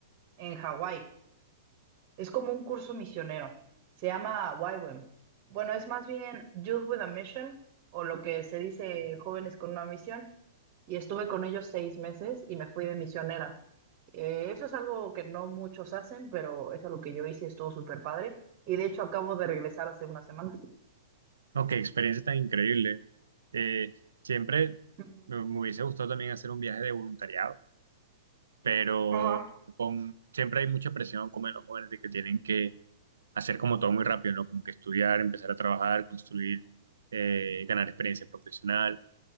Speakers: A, on the right; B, on the right.
A: en Hawái. Es como un curso misionero. Se llama YWAM. Bueno, es más bien Youth with a Mission, o lo que se dice jóvenes con una misión. Y estuve con ellos seis meses y me fui de misionera. Eh, eso es algo que no muchos hacen, pero es algo que yo hice y estuvo súper padre. Y de hecho acabo de regresar hace unas semanas.
B: No, qué experiencia tan increíble. Eh, siempre
A: Mm.
B: me, me hubiese gustado también hacer un viaje de voluntariado, pero
A: Ajá.
B: con- siempre hay mucha presión como en los jóvenes de que tienen que hacer como todo muy rápido, ¿no? Como que estudiar, empezar a trabajar, construir, eh, ganar experiencia profesional.